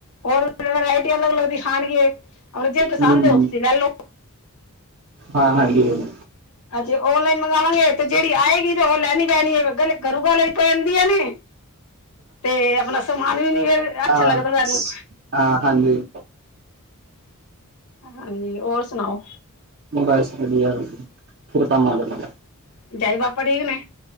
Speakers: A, on the left (about 80°); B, on the right (about 45°).
A: ਹੋਰ ਵਰਾਇਟੀ ਅਲੱਗ, ਅਲੱਗ ਦਿਖਾਣਗੇ ਜਿਹੜੀ ਪਸੰਦ
B: ਹੂੰ
A: ਉਹ ਤੁਸੀਂ ਲੈ ਲਓ।
B: ਹਾਂ ਹਾਂਜੀ।
A: ਅੱਜੇ ਔਨਲਾਈਨ ਮੰਗਵਾਵਾਂਗੇ ਤੇ ਜਿਹੜੀ ਆਏਗੀ ਤੇ ਉਹ ਲੈਣੀ ਪਹਿਣੀ ਏ ਘਰੋ ਗਾਲਾ ਪੈਦੀਆਂ ਨੇ ਤੇ ਆਪਣਾ ਸਮਾਨ ਵੀ ਨੀ ਫਿਰ ਅੱਛਾ
B: ਹਾਂ
A: ਲੱਗਦਾ ਸਾਨੂੰ।
B: ਹਾਂ ਹਾਂਜੀ।
A: ਹਾਂਜੀ ਹੋਰ ਸੁਣਾਓ?
B: ਬਸ ਵਧੀਆ <unintelligible>
A: <unintelligible> ਪਾਪਾ ਠੀਕ ਨੇ।